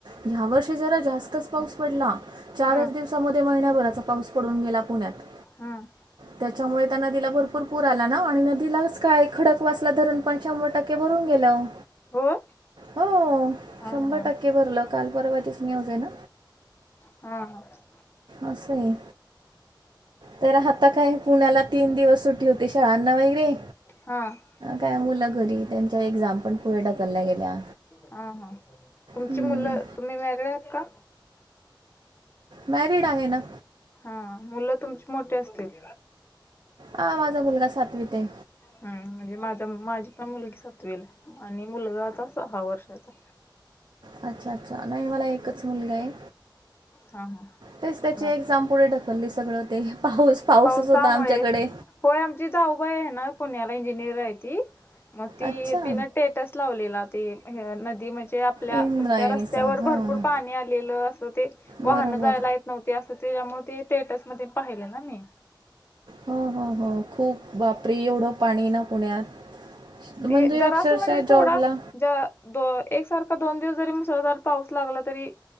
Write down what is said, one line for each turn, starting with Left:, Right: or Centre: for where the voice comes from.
Right: ह्या वर्षी जरा जास्तच पाऊस पडला चारच
Left: हम्म
Right: दिवसामध्ये महिन्याभराचा पाऊस पडून गेला पुण्यात
Left: हम्म.
Right: त्याच्यामुळे.. आता नदीला भरपूर पूर आला ना आणि नदीलाच काय खडक वासला धरणपण शंभर टक्के भरून गेलं..
Left: होय
Right: हो
Left: हा
Right: शंभर
Left: हा
Right: टक्के भरलं काल परवाधच मऊजे ना
Left: हा ह..
Right: असं आहे तर आता काय पुण्याला तीन दिवस सुटी होते शाळांना वगैरे
Left: हा-.
Right: काय मुलं घरी त्यांच्या एक्झाम पण पुढे ढकलल्या गेल्या..
Left: हम हम.. तुमची
Right: हं,
Left: मुलं तुम्ही वेगळेह का.
Right: मॅरिड आहे ना?
Left: हा मुलं तुमची मोठी असतील.
Right: हा माझा मुलगा सातवी ते.
Left: हम्म म्हणजे माझा माझी पण मुलगी सातवेल आणि मुलगा आता सहा वर्षाचा.
Right: अच्छा अच्छा नाही मला एकच मुलगा आहे
Left: हा हा
Right: तेच त्याचे
Left: मग
Right: एझाम. पुढे ढकलली सगळं ते पाऊस. पाऊसच
Left: पावसामुळे.
Right: होता आमच्याकडे.
Left: होय आमची जाऊबाई आहे ना पुण्याला इंजिनिअर आहे ती मग ती
Right: अच्छा.
Left: तिन टेट. लावलेला ते नदी म्हणजे. आपल्या
Right: इंद्रायणीचा.
Left: तुमच्या रस्त्यावर
Right: हां,
Left: भरपूर पाणी आलेलं अस ते वाहनं
Right: बरोबर.
Left: जायला. नव्हती असं ते त्यामुळे ते थएटस मध्ये पाहिले ना मी.
Right: हो हो हो खूप बापरी एवढं पाणी ना पुण्यात. म्हणजे
Left: ते जरा
Right: अक्षरशः
Left: असं म्हणजे
Right: जॉबला
Left: थोडा ज द एकसारखा दोन दिवस जरी मुसळधार पाऊस लागला तरी